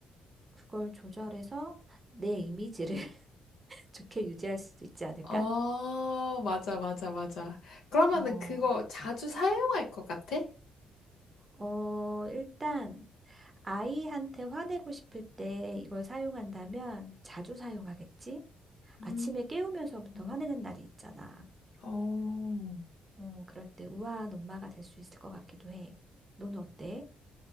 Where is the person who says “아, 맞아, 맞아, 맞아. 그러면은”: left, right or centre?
Left